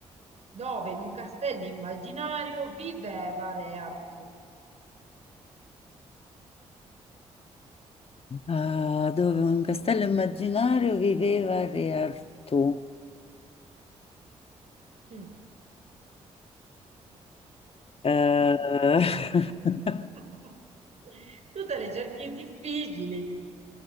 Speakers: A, on the right; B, on the left.
A: dove in un castello immaginario viveva Re Artù.
B: ah, dove in un castello immaginario viveva Re Artù.
A: Mm.
B: Eh,
A: <laughs>
B: <laughs>
A: Tu te le cerchi difficili,